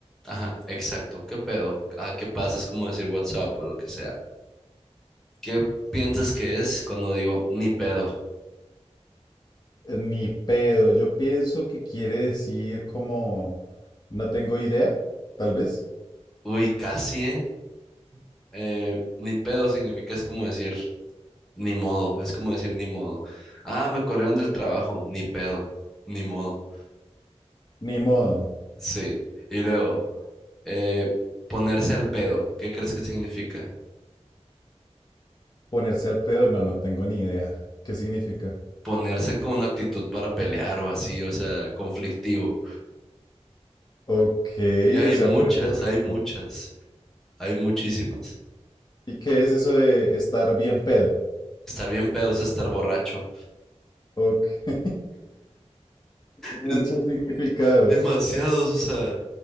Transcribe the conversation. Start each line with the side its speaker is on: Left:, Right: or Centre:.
Centre: Ajá, exacto, qué pedo. Ah, ¿qué pasa? Es como decir WhatsApp o lo que sea. ¿Qué piensas que es cuando digo ni pedo?
Left: Ni pedo, yo pienso que quiere decir como no tengo idea, tal vez.
Centre: Uy, casi, ¿eh? Eh, ni pedo significa es como decir ni modo, es como decir ni modo. Ah, me corrieron del trabajo, ni pedo, ni modo.
Left: Ni modo.
Centre: Sí. Y luego, eh, ponerse al pedo. ¿Qué crees que significa?
Left: Ponerse al pedo, no, no tengo ni idea. ¿Qué significa?
Centre: Ponerse con una actitud para pelear o así, o sea, conflictivo.
Left: Ok,
Centre: Y hay
Left: o sea,
Centre: muchas,
Left: ponerse agresivo.
Centre: hay muchas, hay muchísimas.
Left: ¿Y qué es eso de estar bien pedo?
Centre: Estar bien pedo es estar borracho.
Left: Ok, <laughs> tiene
Centre: Es-
Left: muchos significados.
Centre: Demasiados, o sea,